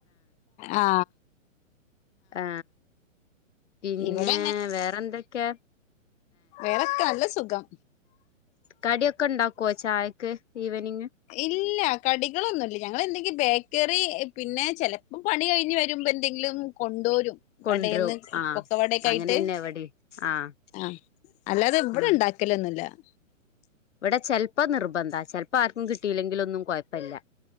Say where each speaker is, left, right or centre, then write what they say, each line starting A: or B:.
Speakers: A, on the left (about 15°); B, on the left (about 60°).
A: ആ
B: ആ പിന്നെ
A: ഇവിടെ
B: വേറെന്തക്കെയാ
A: വേറക്കെ നല്ല സുഖം
B: കടിയൊക്കെണ്ടാക്കുവോ ചായക്ക് ഈവനിംഗ്
A: ഇല്ല കടികളൊന്നുല്ല ഞങ്ങള് എന്തെങ്കി ബേക്കറി പിന്നെ ചെലപ്പം പണി കഴിഞ്ഞ് വരുമ്പോയെന്തെങ്കിലും കൊണ്ടുരും
B: കൊണ്ടരും
A: കടയിന്ന്
B: ആഹ്
A: പൊക്കവടൊക്കയിട്ട്
B: അങ്ങനെന്നെ ഇവടിം ആഹ്
A: ആ അല്ലാതെവിടെ
B: ആഹ്
A: ഉണ്ടാക്കലൊന്നുല്ല <unintelligible>
B: ഇവിടെ ചെലപ്പ നിർബന്ധ ചെലപ്പ ആർ <unintelligible> കിട്ടിയില്ലെങ്കിലൊന്നും കൊഴപ്പില്ല